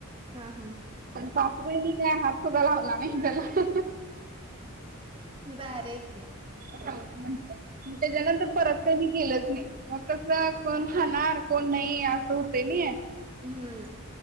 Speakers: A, on the right; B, on the right.
A: हा हा.
B: पण सासूबाईंनी काय हात सुद्धा लावला नाही त्याला
A: भारी की.
B: राहू दे म्हटलं, त्याच्यानंतर परत काय मी केलंच नाही. मग कस कोण खाणार कोण नाही असं होतंय नाही.
A: हम्म.